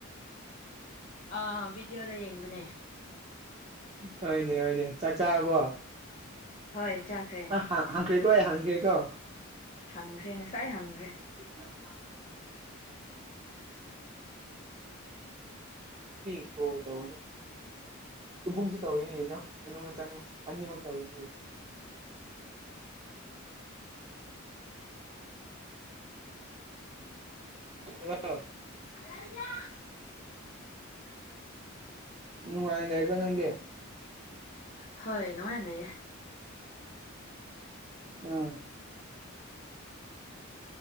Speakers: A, on the left; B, on the right.
A: ꯑꯥ ꯕꯤꯗꯤꯑꯣꯗ ꯌꯦꯡꯕꯅꯦ
B: ꯍꯣꯏꯅꯦ ꯍꯣꯏꯅꯦ ꯆꯥꯛ ꯆꯥꯔꯕꯣ
A: ꯍꯣꯏ ꯆꯈ꯭ꯔꯦ
B: ꯍꯣꯌ ꯍꯪꯈꯔ꯭ꯦ ꯀꯣ꫰ ꯍꯪꯈꯔ꯭ꯦꯀꯣ
A: ꯍꯪꯈ꯭ꯔꯦ ꯉꯁꯥꯏ ꯍꯪꯈ꯭ꯔꯦ
B: <unintelligible> ꯀꯜ ꯇꯧꯕꯅꯦ ꯏꯕꯨꯡꯁꯨ ꯇꯧꯋꯤꯅꯦ ꯍꯌꯦꯒꯨ ꯆꯪꯛ ꯑꯅꯤꯃꯛ ꯇꯧꯋꯤꯅꯦ <inaudible> ꯑ <inaudible>
A: ꯀꯔꯌꯥ <unintelligible>
B: ꯅꯅꯨꯡꯉꯥꯏꯅ ꯂꯩꯕꯔꯥꯅꯪꯗꯤ
A: ꯍꯣꯏ ꯅꯨꯡꯉꯥꯏꯅ ꯂꯩꯌꯦ
B: ꯑꯥ